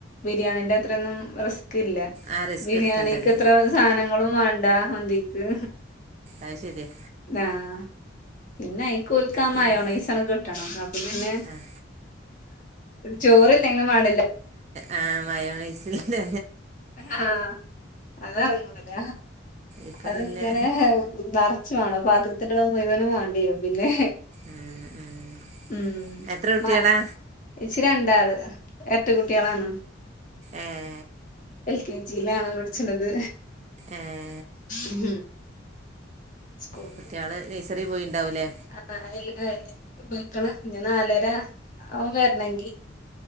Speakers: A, on the left (about 40°); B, on the right (about 35°).
A: ബിരിയാണിന്റെത്രന്നും റിസ്ക്കില്ല
B: ആ റിസ്ക്
A: ബിരിയാണിക്ക്
B: എടുക്കണ്ടല്ലോ
A: ഇത്ര സാനങ്ങളും വാണ്ടാ മന്തിക്ക്.
B: അഅ്‌ ശെരിയാ.
A: ആഹ് പിന്നെ അയ്കൊൽക്ക് ആ
B: പിന്നെ
A: മയോണൈസട് ക്ട്ടണം. പിന്നെ
B: ആ
A: ചോറില്ലെങ്കിലും മാണ്ടില്ല
B: ആഹ് മയോണിസില്
A: ആഹ് അതറങ്ങൂല
B: ഇപ്പൊ
A: അത്
B: പിന്നെ
A: ഇങ്ങനെ നിറച്ചു വേണോ പാത്രകത്തില്ള്ള മുയ്മനും വേണ്ടി വരും പിന്നെ
B: ഉം ഉം
A: ഉം
B: എത്ര കുട്ടികളാ
A: ഇച്ചി രണ്ടാള് എരറ്റ കുട്ടികളാണ്
B: ഏഹ്
A: എൽ കെ ജിയിലാണ് പഠിച്ചിണത്
B: ആഹ്
A: ഉം സ്കൂൾക്ക്
B: കുട്ട്യാള് നഴ്സറിൽ പോയിണ്ടാവൂലേ
A: ആഹ് <unintelligible> വെക്കണം ഇനി നാലര ആവും വരണമെങ്കിൽ